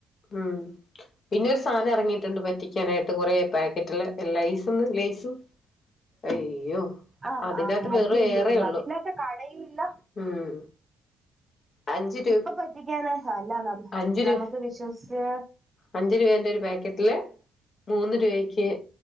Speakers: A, on the left; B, on the right.
A: ഉം പിന്നെ ഒരു സാധനം ഇറങ്ങിയിട്ടുണ്ട് പറ്റിക്കാനായിട്ട് കൊറേ പാക്കറ്റില് ലൈസും ലൈസും അയ്യോ
B: ആഹ്
A: അതിന്റകത്ത്
B: ആഹ് അയ്യയ്യയ്യോ
A: വെറും ഏറെ ഉള്ളു
B: അതില്ലാത്ത കടയും ഇല്ല
A: ഉം അഞ്ച് രൂ
B: ഇപ്പ പറ്റിക്കാന് അല്ല
A: അഞ്ച് രൂ
B: നമുക്ക് വിശ്വസിച്ച്
A: അഞ്ച് രൂപേന്റെ ഒരു പാക്കറ്റില് മൂന്ന് രൂപയ്ക്ക്